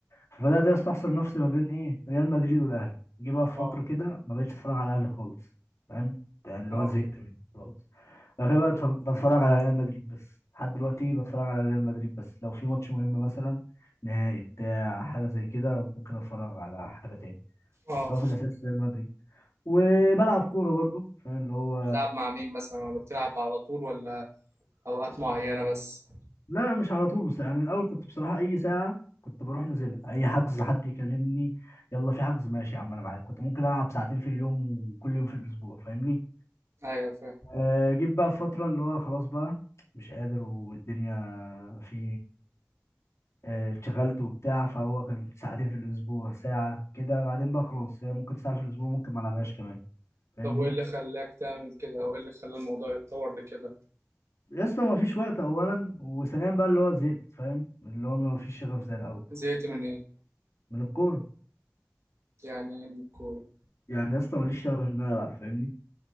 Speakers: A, on the left; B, on the right.
A: فبدات يا اسطى احصر نفسي ما بين ايه ريال مدريد والاهلي جه بقى في فتره
B: اه
A: كده ما بقتش اتفرج على الاهلي خالص فاهم يعني اللي
B: اه
A: هو زهقت منه خلاص بعد كده بقى اتف- بتفرج على ريال مدريد بس لحد دلوقتي بتفرج على ريال مدريد بس لو في ماتش مهم مثلا نهائي بتاع حاجه زي كده ممكن اتفرج على حاجه تاني
B: اه
A: بس هو في الاساس ريال مدريد وبلعب كوره برضه فاهم اللي هو
B: بتلعب مع مين مثلا ولا بتلعب على طول ولا اوقات معينة بس
A: لا مش على طول بس يعني الاول كنت بصراحه اي ساعه كنت بروح نازلها اي حجز حد يكلمني يلا في حجز ماشي يا عم انا معاك كنت ممكن العب ساعتين في اليوم وكل يوم في الاسبوع فاهمني
B: ايوه فاهم
A: آه، جيت بقى في فتره اللي هو خلاص بقى مش قادر والدنيا في آه، اتشغلت وبتاع فهو كان ساعتين في الاسبوع ساعه كده بعدين بقى خلاص هي ممكن ساعه في الاسبوع ممكن ما العبهاش كمان فاهمني
B: طب وايه اللي خلاك تعمل كده او ايه اللي خلى الموضوع يتطور لكده
A: يا اسطى ما فيش وقت اولا وثانيا بقى اللي هو زهقت فاهم اللي هو ما فيش شغف زي الاول
B: زهقت من ايه
A: من الكوره
B: يعني ايه من الكورة
A: يعني يا اسطى ماليش شغف ان انا العب فاهمني